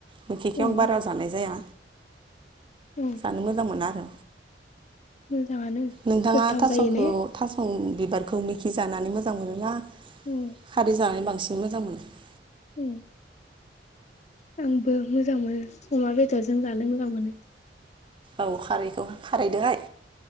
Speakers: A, on the right; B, on the left.
A: मिथिखौ
B: औ
A: आं बारा जानाय जाया
B: उम
A: जानो मोजां मोना आरो
B: मोजाङानो
A: नोंथाङा
B: गोथाव
A: थासखौ
B: जायो ने
A: थास बिबारखौ मेखि जानानै मोजां मोनोना
B: ओम
A: खारै जानानै बांसिन मोजां मोनो
B: उम आंबो मोजां मोनो अमा बेदरजों जानो मोजां मोनो
A: औ खारैखौ खारैदोंहाय